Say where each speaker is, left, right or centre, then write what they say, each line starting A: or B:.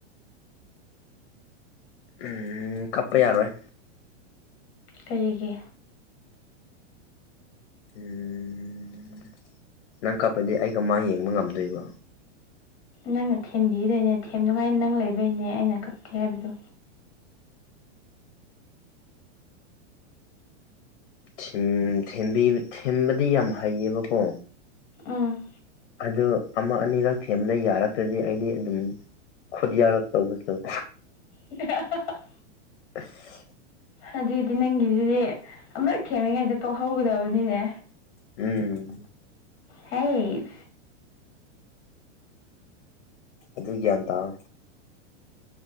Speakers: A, on the left; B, on the left.
A: ꯎꯨꯝ ꯀꯞꯄ ꯌꯥꯔꯣꯏ
B: ꯀꯩꯒꯤ
A: ꯎꯨꯝ ꯅꯪ ꯀꯞꯄꯗꯤ ꯑꯩ ꯀꯃꯥꯏ ꯌꯦꯡꯕ ꯉꯝꯗꯣꯏꯕ
B: ꯅꯪꯅ ꯊꯦꯝꯕꯤꯗꯣꯏꯅꯦ ꯊꯦꯝꯅꯤꯉꯥꯏ ꯅꯪ ꯂꯩꯕꯩꯅꯦ ꯑꯩꯅ ꯀꯞꯀꯦ ꯍꯥꯏꯕꯗꯣ
A: ꯊꯦꯝ ꯊꯦꯝꯕꯤ ꯊꯦꯝꯕꯗꯤ ꯌꯥꯝ ꯍꯩꯌꯦꯕꯀꯣ
B: ꯎꯝ
A: ꯑꯗꯨ ꯑꯃ ꯑꯅꯤꯔꯛ ꯊꯦꯝꯕꯗ ꯌꯥꯔꯛꯇ꯭ꯔꯗꯤ ꯑꯩꯗꯤ ꯑꯗꯨꯝ ꯈꯨꯠ ꯌꯥꯎꯔꯛꯇꯧꯕꯗꯣ
B: ꯑꯦ ꯍꯥ ꯍꯥ
A: ꯑꯁ
B: ꯑꯗꯨꯗꯤ ꯅꯪꯒꯤꯁꯤꯗꯤ ꯑꯃꯨꯔꯛ ꯊꯦꯝꯃꯤꯉꯩꯗ ꯇꯣꯛꯍꯧꯒꯗꯕꯅꯤꯅꯦ
A: ꯎꯨꯝ
B: ꯍꯦꯁ
A: ꯑꯗꯨ ꯒ꯭ꯌꯥꯟ ꯇꯥꯎ